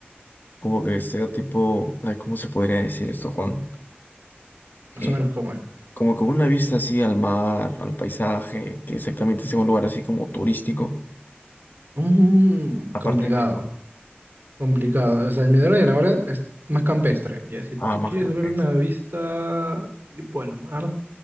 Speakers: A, on the left; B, on the right.
A: como que sea tipo, ay, ¿cómo se podría decir esto, Juan?
B: Más
A: eh,
B: o menos cómo es.
A: como con una vista así al mar, al paisaje, que exactamente es un lugar así como turístico.
B: Mm,
A: Aparte
B: complicado,
A: de mi
B: complicado. O sea, el mirador de Yanaguara es más campestre. Ya, si tú
A: Ah, más
B: quieres
A: campestre.
B: ver una vista tipo al mar.